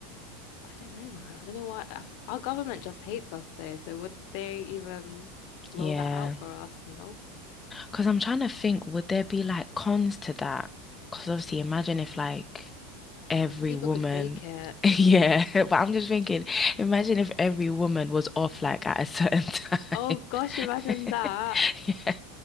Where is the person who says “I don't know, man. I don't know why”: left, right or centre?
Left